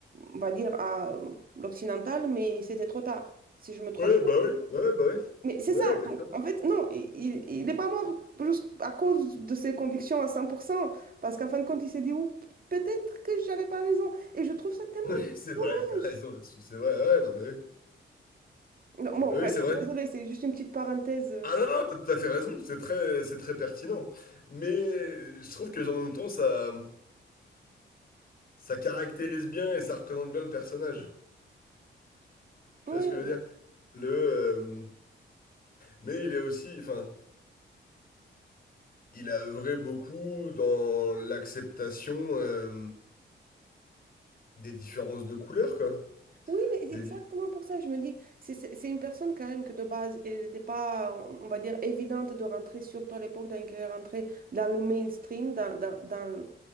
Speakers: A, on the right (about 45°); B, on the left (about 45°).
A: on va dire, à euh, l'occidental, mais c'était trop tard, si je me trompe
B: Ouais
A: pas.
B: bah ouais ouais bah ouais
A: Mais c'est
B: ouais
A: ça,
B: exactement.
A: donc en fait,
B: <laughs>
A: non, il il n'est pas mort juste à cause de ses convictions à 100% parce qu'en fin de compte, il s'est dit, Ouh, peut-être que j'avais pas raison. Et je trouve ça tellement
B: Oui, c'est vrai,
A: dommage.
B: t'as raison là-dessus, c'est vrai, ouais, non mais oui,
A: Non, bon,
B: oui,
A: bref,
B: c'est vrai.
A: désolé, c'est juste une petite parenthèse. euh,
B: Ah non, non, t'as tout à fait raison, c'est très, c'est très pertinent. Mais je trouve que en même temps, ça, Ça caractérise bien et ça représente bien le personnage.
A: ouais.
B: Tu vois ce que je veux dire? Le, euh, mais il est aussi, enfin, il a œuvré beaucoup dans l'acceptation euh, des différences de couleurs, quoi.
A: Oui, mais c'est
B: Des
A: exactement
B: dif-
A: pour ça, je me dis, c'est c'est- c'est une personne quand même que de base, elle n'était pas, on va dire, évidente de rentrer, surtout à l'époque, dans laquelle elle rentrait dans le mainstream, dans, dans, dans-